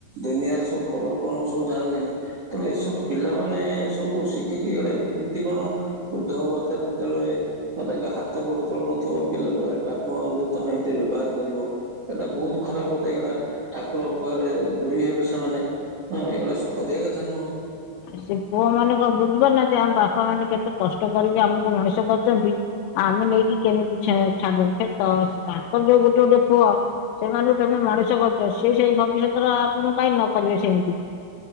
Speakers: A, on the right; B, on the left.
A: ଦୁନିଆରେ ସବୁ ଖବର କଣ ସବୁ ଜାଣିଲେଣି। ତମେ ଏସବୁ ପିଲାମାନେ ସବୁ ଶିଖିକି ଏଡେ ଏମିତି କଣ? ବୃଦ୍ଧ ଅବସ୍ଥାରେ ଯେତେବେଳେ ତାଙ୍କ ହାତ ଗୋଡ ଚଳୁନଥିବ ପିଲାଙ୍କ ଗାଳି ବାପ ମା ଙ୍କୁ ଯଦି ତମେ ଏମିତି ବ୍ୟବହାର କରିବ ଏଇଟା ବହୁତ ଖରାପ କଥା ଏଗୁଡ଼ା ଠାକୁରଙ୍କ ପାଖରେ ଦ୍ରୋହୀ ହେବେ ସେମାନେ, ହଁ ଏଗୁଡା ସବୁ କରିବା କଥା ନୁହଁ।
B: ସେ ପୁଅ ମାନେ କଣ ବୁଝିପାରୁନାହାନ୍ତି ଆମ ବାପା ମାନେ କେତେ କଷ୍ଟ କରିକି ଆମକୁ ମଣିଷ କରଛନ୍ତି। ଆମେ ନେଇକି କେମିତି ଛା ଛାଡିଦେବୁ ତ ତ ତାଙ୍କର ତ ଗୋଟେ ଗୋଟେ ପୁଅ ସେମାନଙ୍କୁ ତେମେ ମଣିଷ କରିଚ ସି ସେଇ ଭବିଷ୍ୟତରେ ଆପଣଙ୍କୁ କାଇଁ ନ କରିବେ ସେମିତି